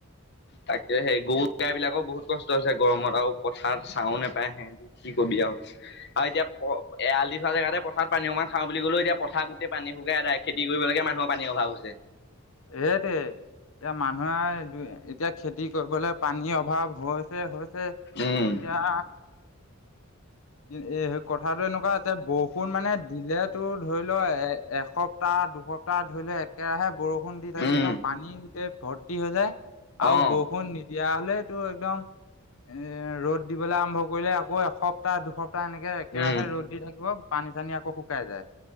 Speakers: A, on the left; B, on the left.
A: তাকে সেই গৰু, গাই বিলাকৰ বহুত কষ্ট হৈছে গৰমত। আৰু পথাৰত ছাও নেপায় সেহেতি কি কবি আৰু। আৰু এতিয়া প এয়াল দি থোৱা জেগাতে পথাৰত পানী অকমান খাওঁ বুলি গ'লেও এতিয়া পথাৰ গোটেই পানী শুকাই এদায় খেতি <unintelligible> মানুহৰ পানীৰ অভাৱ হৈছে।
B: এ তেহেতে এতিয়া মানুহে দু এতিয়া খেতি কৰিবলৈ পানীৰ অভাৱ হৈছে, হৈছে। এতিয়া
A: উম,
B: কি এ কথাটো এনেকুৱা হৈছে বৰষুণ মানে দিলে তোৰ ধৰি ল এ এসপ সপ্তাহ, দুসপ্তাহ ধৰি ল একেৰাহে বৰষুণ দি থাকে,
A: উম,
B: একদম পানী গোটেই ভৰ্তি হৈ যায়। আও
A: অ',
B: বৰষুণ নিদিয়া হলে টো একদম এ ৰ'দ দিবলে আৰম্ভ কৰিলে আকৌ এসপ্তাহ, দুসপ্ত এনেকে একেৰাহে
A: উম,
B: ৰ'দ দি থাকিব। পানী-চানী আকৌ শুকাই যায়।